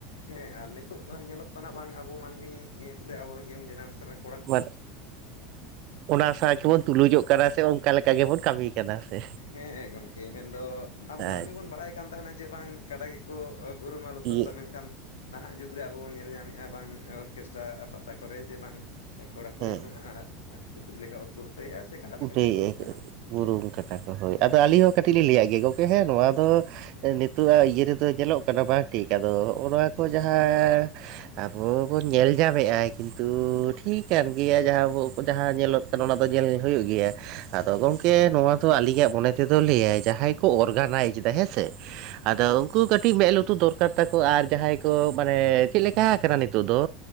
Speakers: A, on the left (about 70°); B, on the right (about 50°).
A: ᱦᱮᱸ ᱟᱨ ᱱᱤᱛᱳᱜ ᱧᱮᱞᱚᱜ ᱠᱟᱱᱟ ᱵᱟᱝ ᱟᱵᱚ ᱟᱵᱚ ᱢᱟᱹᱱᱢᱤ ᱥᱮ ᱟᱵᱚᱨᱮᱱ ᱤᱭᱚᱝ ᱡᱮᱱᱟᱨᱮᱥᱚᱱ ᱠᱚ
B: ᱢᱟᱱᱮ <inaudible> ᱚᱱᱟ ᱥᱟᱶ ᱛᱮᱵᱚᱱ ᱛᱩᱞᱩᱡᱚᱜ ᱠᱟᱱᱟ ᱥᱮ ᱚᱱᱠᱟ ᱞᱮᱠᱟ ᱜᱮᱵᱚᱱ ᱠᱟᱹᱢᱤ᱾ ᱠᱟᱫᱟ ᱥᱮ᱾
A: ᱦᱮᱸ ᱜᱚᱢᱠᱮ ᱢᱮᱱᱫᱚ ᱟᱵᱚ ᱢᱟᱹᱱᱢᱤ
B: ᱟᱪᱪᱷᱟ
A: ᱵᱚᱱ ᱵᱟᱲᱟᱭ ᱠᱟᱱ ᱛᱟᱦᱮᱸᱱᱟ ᱡᱮ ᱵᱟᱝ ᱠᱟᱰᱟ ᱜᱮᱠᱚ ᱵᱩᱨᱩᱢᱟ ᱞᱚᱥᱚᱫ
B: ᱤᱭᱟᱹ
A: ᱨᱮᱫᱚ ᱢᱮᱱᱠᱷᱟᱱ ᱱᱟᱦᱟᱜ ᱡᱩᱜᱽ ᱨᱮ ᱟᱵᱚ ᱵᱚᱱ ᱧᱮᱞ ᱧᱟᱢᱮᱫᱼᱟ ᱵᱟᱝ ᱚᱨᱠᱮᱥᱴᱨᱟ ᱟᱨ ᱯᱟᱛᱟ ᱠᱚᱨᱮ ᱡᱮ ᱵᱟᱝᱼᱼ ᱠᱚᱲᱟ ᱠᱩᱲᱤ
B: ᱦᱮᱸ
A: ᱦᱚᱸ ᱱᱟᱦᱟᱜ ᱥᱩᱠᱨᱤ ᱞᱮᱠᱟ ᱚᱛ ᱦᱩᱴᱟᱹᱭᱮᱜ-ᱟ ᱥᱮ ᱠᱟᱰᱟ ᱞᱮᱠᱟ
B: ᱩᱴᱟᱹᱭᱮᱫ
A: ᱠᱚ ᱵᱩᱨᱩᱢ ᱠᱟᱱᱟ᱾
B: ᱵᱩᱨᱩᱢ ᱠᱟᱱᱟ ᱠᱚ ᱦᱳᱭ᱾ ᱟᱫᱚ ᱟᱹᱞᱤᱧ ᱦᱚᱸ ᱠᱟᱹᱴᱤᱡ ᱞᱤᱧ ᱞᱟᱹᱭᱟᱜ ᱜᱮ ᱜᱚᱝᱠᱮ ᱦᱮᱸ ᱱᱚᱣᱟ ᱫᱚ ᱱᱤᱛᱚᱜ ᱟᱜ ᱤᱭᱟᱹ ᱨᱮ ᱱᱤᱛᱚᱜ ᱫᱚ ᱧᱮᱞᱚᱜ ᱠᱟᱱᱟ ᱵᱟᱝ ᱴᱷᱤᱠ ᱟᱫᱚ ᱦᱚᱸᱜ-ᱚ ᱱᱚᱣᱟ ᱠᱚ ᱡᱟᱦᱟᱸ ᱟᱵᱚ ᱵᱚᱱ ᱧᱮᱞ ᱧᱟᱢᱮᱜ-ᱟ ᱠᱤᱱᱛᱩ ᱴᱷᱤ ᱠᱟᱱ ᱜᱮᱭᱟ ᱡᱟᱦᱟᱸ ᱟᱵᱚ ᱡᱟᱦᱟᱸ ᱧᱮᱞᱚᱜ ᱠᱟᱱᱟ ᱚᱱᱟ ᱫᱚ ᱧᱮᱞ ᱦᱩᱭᱩᱜ ᱜᱮᱭᱟ᱾ ᱟᱫᱚ ᱜᱚᱢᱠᱮ ᱱᱚᱣᱟ ᱫᱚ ᱟᱞᱤᱧᱟᱜ ᱢᱚᱱᱮ ᱛᱮᱫᱚ ᱞᱟᱹᱭᱟ ᱡᱟᱦᱟᱸᱭ ᱠᱚ ᱚᱨᱜᱟᱱᱟᱭᱤᱡᱽ ᱮᱫᱟ ᱦᱮᱸᱥᱮ ᱟᱫᱚ
A: ᱦᱮᱸ
B: ᱩᱱᱠᱩ ᱠᱟᱹᱴᱤᱡ ᱢᱮᱫ ᱞᱩᱛᱩᱨ ᱫᱚᱨᱠᱟᱨ ᱛᱟᱠᱚ ᱟᱨ ᱡᱟᱦᱟᱸᱭ ᱠᱚ ᱢᱟᱱᱮ ᱪᱮᱫ ᱞᱮᱠᱟ ᱟᱠᱟᱱᱟ ᱱᱤᱛᱚᱜ ᱫᱚ